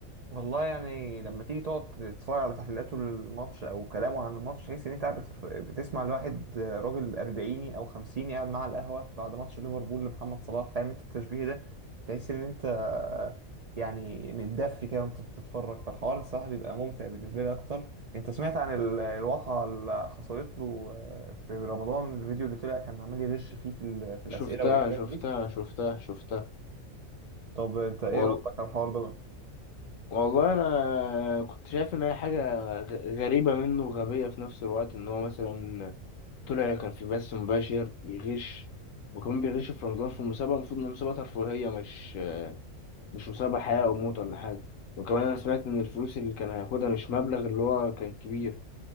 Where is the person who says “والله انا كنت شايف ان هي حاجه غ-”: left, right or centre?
Left